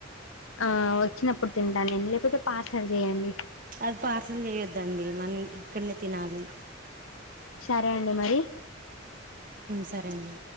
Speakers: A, on the left; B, on the right.
A: ఆ వచ్చినప్పుడు తింటానును లేకపోతే పాసర్ చేయండి
B: అది పార్సల్ చేయొద్దండి మనం ఇక్కడనే తినాలి
A: సరే అండి మరి
B: సరే అండి